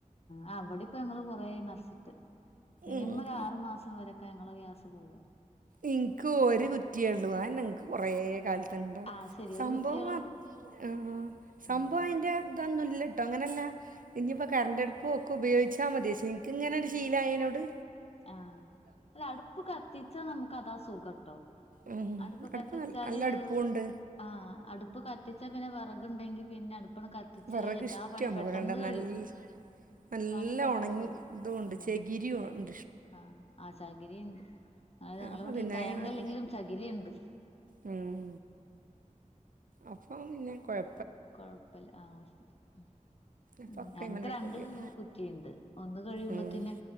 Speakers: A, on the left; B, on the right.
A: ആ ഇവടിപ്പൊ ഞങ്ങള് കൊറേയായി നറച്ചിട്ട് മിനിമം
B: ഉം
A: ഒരാറു മാസം വരെക്കെ ഞങ്ങടെ ഗ്യാസ് ത്ത്പോവും
B: ഇൻക്ക് ഒരു കുറ്റിയെ ഒള്ളു അതന്നെ ഇൻക്ക് കൊറേ കാൽത്ത് ത്ത്ണ്ട്
A: ആഹ് ശെരി ഒരു
B: സംഭവം
A: കുറ്റിയേള്ളൂ
B: ആഹ് സംഭവയിന്റെ
A: ആഹ്
B: ഇതൊന്നും ഇ ഇല്ലട്ടോ അങ്ങനെല്ലാ ഇഞ്ഞിപ്പോ കര്ന്റടുപ്പും ഒക്കെ ഉപയോഗിച്ചാ മതി പശേ ഇൻക്കിങ്ങനൊരു ശീലായേനോണ്ട്
A: ആഹ് അല്ല അടുപ്പ് കത്തിച്ചാ നമുക്ക് അതാ സുഖാട്ടോ
B: ഉം
A: അടുപ്പ് കത്തിച്ചാല്
B: നല്ല നല്ല അടുപ്പുണ്ട്
A: ആ അടുപ്പ് കത്തിച്ചാ പിന്നെ വെറക് ക്ണ്ടെങ്കി പിന്നെ അടുപ്പണ് കത്തിച്ച്
B: വിറക്
A: കഴിഞ്ഞാ എല്ലാ
B: ഇഷ്ടം
A: പണിം പെട്ടന്ന്
B: പോലെണ്ട്
A: കഴിയും
B: നല്ല നല്ല
A: പണി പെട്ടെന്ന്
B: ഒണങ്ങി
A: കഴിയും
B: ഇതുണ്ട്
A: ആഹ്
B: ചെകിരിയൊണ്ട്
A: ആഹ് ആ ചകിരി ഇണ്ട് ആ ഞങ്ങളെ
B: അപ്പം
A: വീട്ടിൽ
B: പിന്നെ
A: തേങ്ങ
B: ഞാൻ
A: ഇല്ലെങ്കിലും ചകിരി ഇണ്ട്
B: ഉം അപ്പം പിന്നെ കൊഴ്
A: കൊഴ്പ്പല്ലാ ആഹ് ശരി ഉം.
B: അപ്പൊക്കെ
A: ഉം ഞങ്ങക്ക്
B: അയ്മലാണ്ട്
A: രണ്ട്
B: കഴിയും
A: കുറ്റിയുണ്ട് ഒന്ന് കഴിയുമ്പോത്തേന്
B: ഉം